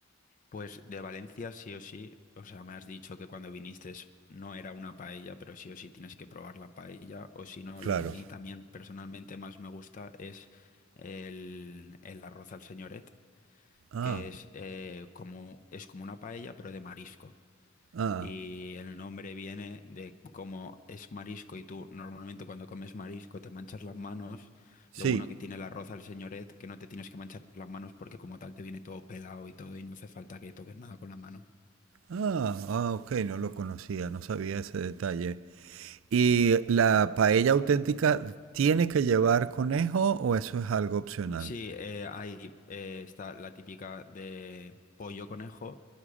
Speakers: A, on the left (about 40°); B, on the right (about 75°).
A: Pues de Valencia sí o sí, o sea, me has dicho que cuando viniste es no era una paella, pero sí o sí tienes que probar la paella, o si no,
B: claro.
A: lo que a mí también personalmente más me gusta es el, el arroz al señoret
B: Ah,
A: que es, eh, como, es como una paella, pero de marisco.
B: ah,
A: Y el nombre viene de cómo es marisco y tú normalmente cuando comes marisco te manchas las manos.
B: sí.
A: Lo bueno que tiene el arroz al señoret, que no te tienes que manchar las manos porque como tal te viene todo pelado y todo y no hace falta que toques nada con la mano.
B: Ah, ah, ok, no lo conocía, no sabía ese detalle. ¿Y la paella auténtica tiene que llevar conejo o eso es algo opcional?
A: Sí, eh, ahí eh, está la típica de pollo conejo,